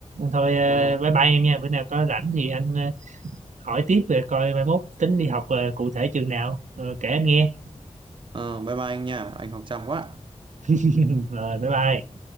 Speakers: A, on the right; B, on the right.
A: Thôi ờ,
B: ờ,
A: bye bye em nha. Bữa nào có rảnh thì anh ờ, hỏi tiếp về coi mai mốt tính đi học ờ, cụ thể trường nào Ờ, kể anh nghe
B: ờ, bye bye anh nha anh học chăm quá
A: <laughs> rồi bye bye